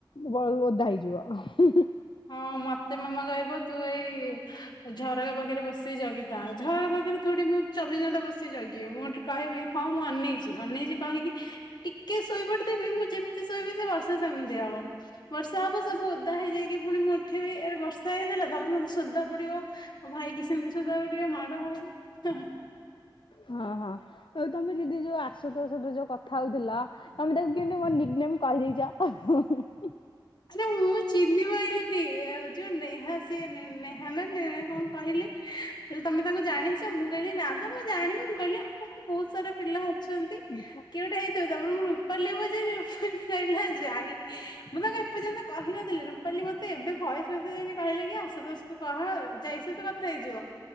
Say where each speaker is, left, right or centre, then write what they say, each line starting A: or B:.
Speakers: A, on the left (about 80°); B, on the left (about 60°).
A: ବ ଓଦା ହେଇଯିବ ହୁଁ ହୁଁ।
B: ହଁ ମତେ ମାମା କହିବ ତୁ ଏଇ ଝରକା ପାଖେରେ ବସିକି ଜଗିଥା। ଝରକା ପାଖେରେ ଥୋଡି ମୁଁ ଚବିଶ ଘଣ୍ଟା ବସିକି ଜଗିବି ମୁଁ ସେଠୁ କହିବି ହଁ ମୁଁ ଅନେଇଚି ଅନେଇଚି କହିକି ଟିକେ ଶୋଇପଡିଥିବି ମୁଁ ଯେମିତି ଶୋଇବି ସେ ବର୍ଷ ସେ ସେମିତି ହବ ବର୍ଷା ହବ ସବୁ ଓଦା ହେଇଯାଇକି ପୁଣି ମୁଠି ଏ ବର୍ଷା ହେଇଥିଲା ତାପରେ ମତେ ସୁଧା ପଡିବ। ଆଉ ଭାଇ କିି ସେମିତି ସୁଧା ପଡ଼ିବ ଟିକେ ମାଡ ହଉ।
A: ହଁ ହଁ ଆଉ ତମେ ଯିଦି ଯୋଉ ଆସୁତୋଷ ସହିତ ଯୋଉ କଥା ହେଉଥିଲ ତମେ ତାକୁ କେମିତି ମୋର ନିକ୍ ନେମ୍ କହିଦେଇଚ?
B: ଆରେ ମୁଁ ଚିହ୍ନି ପ ପାଇଲିିନି ଯୋଉ ଏ ନେହା ସିଏ ନେହା ନା ନେ କଣ କହିଲେ। ହ ତମେ ତାଙ୍କୁ ଜାଣିଚ ମୁଁ କହିଲି ନା ତ ମୁଁ ଜାଣିନି ମୁଁ କହିଲି ହଁ ହୋହୁତ ସାରା ପିଲା ଅଛନ୍ତି।
A: ହଁ
B: କିଏ ଗୋଟେ ହେଇଥିବ ତାଉପରେ ରୂପାଲି କି ପଚାରିଲି କହିଲା ଯାଇ ମୁଁ ତା କହି ଏପର୍ଯ୍ୟନ୍ତ କହିନଥିଲି ରୁପାଲି ମତେ ଏବେ ଭଏସ ମେସେଜ କହିଲେ କି ଆଶୁ ଦୋଷକୁ କହ ଯାଇସ କଥା ହେଇଯିବ